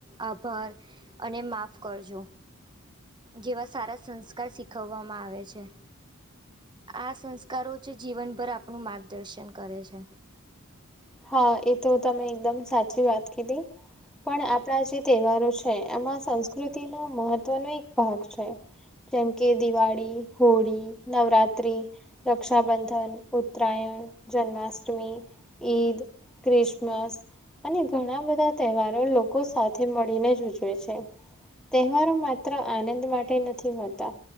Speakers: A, on the right; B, in the centre.
A: આભાર અને માફ કરજો. જેવા સારા સંસ્કાર શીખવવામાં આવે છે. આ સંસ્કારો જ જીવનભર આપનું માર્ગદર્શન છે.
B: હા, એતો તમે એકદમ સાચી વાત કીધી. પણ આપણા જે તહેવારો છે, એમાં સંસ્કૃતિનો મહત્વનો એક ભાગ છે. કેમ કે દિવાળી, હોળી, નવરાત્રિ આપણા જે તહેવારો છે, એમાં સંસ્કૃતિનો મહત્વનો એક ભાગ છે. રક્ષાબંધન, ઉત્તરાયણ, જન્માષ્ટમી ઈદ, ક્રિસમસ અને ઘણા બધા તહેવારો લોકો સાથે મળીને જ ઉજવે છે. તહેવારો માત્ર આનંદ માટે નથી હોતા